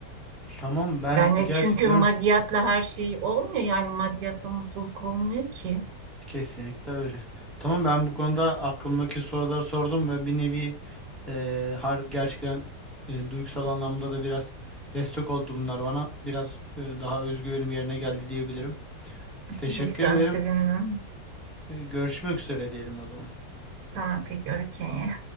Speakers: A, in the centre; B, on the right (about 75°).
A: Tamam ben
B: Yani
A: gerçekten
B: çünkü maddiyatla her şey olmuyor yani maddiyatla mutluluk olmuyor ki.
A: kesinlikle öyle. Tamam ben bu konuda aklımdaki soruları sordum ve bir nevi eee harbi gerçekten eee, duygusal anlamda da biraz destek oldu bunlar bana. Biraz eee, daha özgüvenim yerine geldi diyebilirim. Teşekkür
B: Ne güzel
A: ederim.
B: sevindim.
A: E, görüşmek üzere diyelim o zaman.
B: Tamam peki okey.